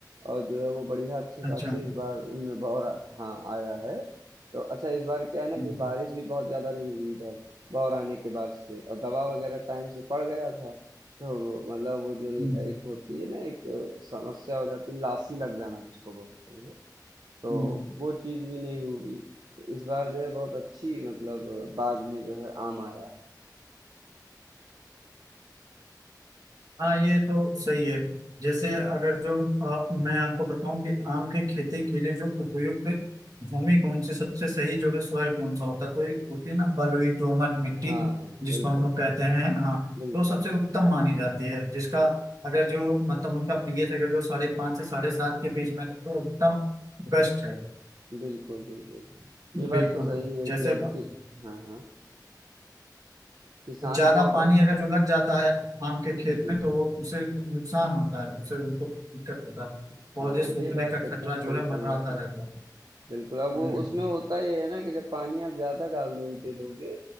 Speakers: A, on the right; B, on the right.
A: और जो है वो बढ़िया अच्छे
B: अच्छा
A: खासे इस बार उनमें बौर आ- हाँ आया है तो अच्छा इस बार क्या है ना
B: हम्म
A: कि बारिश भी बहुत ज्यादा नहीं हुई इधर बौर आने के बाद से और दवा वगैरह टाइम से पड़ गया था तो वो- मतलब वो जो ल-
B: हम्म।
A: एक होती है ना एक अ, समस्या हो जाती है लासी लग जाना जिसको बोलते हैं तो
B: हम्म,
A: वो चीज भी नहीं हुई तो इस बार जो है बहुत अच्छी मतलब बाग में जो है आम आया
B: हाँ ये तो सही है जैसे अगर जो आ, मैं आपको बताऊं कि आम की खेती के लिए जो उपयुक्त भूमि कौन सी सबसे सही जो है सॉइल कौन सा होता है तो एक होती है ना बलुई दोमट मिट्टी
A: हाँ
B: जिसको
A: बिल्कुल
B: हम लोग कहते हैं हाँ
A: बिल्कुल
B: तो सबसे उत्तम मानी जाती है जिसका अगर जो मतलब उनका पीएच अगर जो साढ़े पाँच से साढ़े सात के बीच में है, तो उत्तम बेस्ट है
A: बिल्कुल बिल्कुल ये
B: बिल्कुल
A: बात तो सही है
B: जैसे
A: कि अब
B: हाँ
A: कि हाँ हाँ किसान
B: और ज्यादा
A: को अगर
B: पानी अगर जो लग जाता है आम के
A: जी
B: खेत
A: जी
B: में तो
A: जी
B: वो उसे नुकसान होता है उससे उनको दिक्कत होता है पौधे
A: हाँ
B: सूखने
A: ये बात
B: का
A: एकदम
B: खतरा
A: सही
B: जो है मंडराता
A: कही आपने
B: रहता है
A: बिल्कुल अब वो
B: हम्म।
A: उसमें होता ये है ना कि जब पानी आप ज्यादा डाल दो दे दोगे